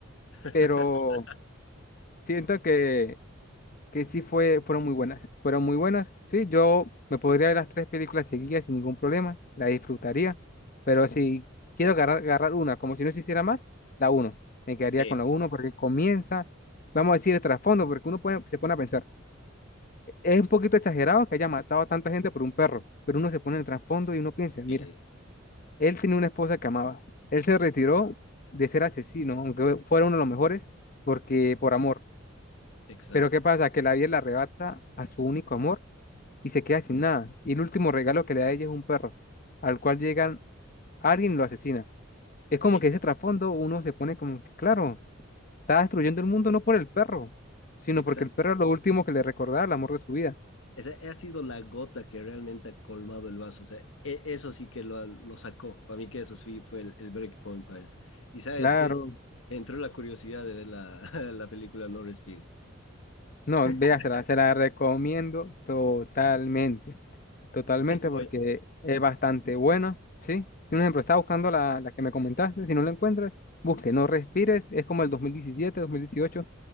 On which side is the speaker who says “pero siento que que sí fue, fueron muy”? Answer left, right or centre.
Left